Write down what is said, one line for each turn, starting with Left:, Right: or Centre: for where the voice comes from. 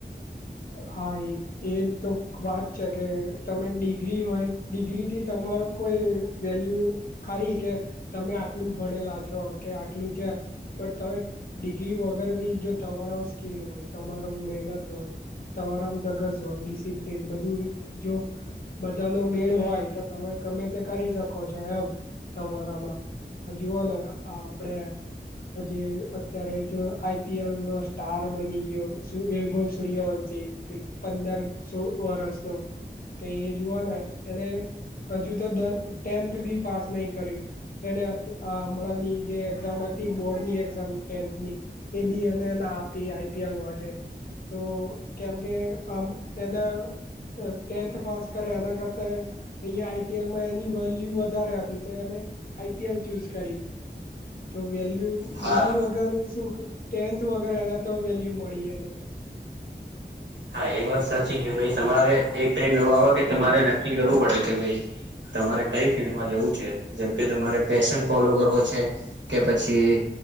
Left: હા એ. એ જ તો વાત છે કે તમે ડિગ્રી હોય ડિગ્રીથી તમારો કોઈ વેલ્યુ ખારી કે તમે આટલું ભણેલા છો કે આટલું છે. બટ તોયે ડિગ્રી વગર ભી તમારા સ્કીલ હોય તમારો મહેનત હોય. તમારા માં ધગસ હોય, ડિસિપ્લન બધું જો બધા ને મેળ હોય તો તમે ગમે તે કરી શકો છો એમ તમારામાં. આ જુઓને આ આપડે હજી અત્યારે જ આઈ પી એલનો સ્ટાર બની ગયો શું વૈભવ, સૂર્યવંશી કિક પંદર સોળ વર્ષનો તો એ જોવાના. એને હજુ તો દ ટેન્થ ભી પાસ નહીં કર્યું. એને અત અહ હમણાંની જે એક્ઝામ હતી બોર્ડની એક્ઝામ ટેન્થની એ બી એને ના આપી આઈ પી એલ માટે. તો કેમ કે આમ એના અહ ટેન્થ પાસ કરે એના કરતા અહીંયા આઈ પી એલમાં એની વેલ્યુ વધારે હતી, તો એને આઈ પી એલ ચૂઝ કરી. તો વેલ્યુ ડિગ્રી
Right: હા
Left: વગર શું કે ટેન્થ વગર એઈ એને તો વેલ્યુ મળી એને તો.
Right: હા એ વાત સાચી કે ભઈ તમારે એક ટાઈમ એવો આવે કે તમારે નક્કી કરવું પડે કે ભઈ તમારે કંઈ ફિલ્ડમાં જવું છે, જેમકે તમારે પેશન ફોલો કરવો છે, કે પછી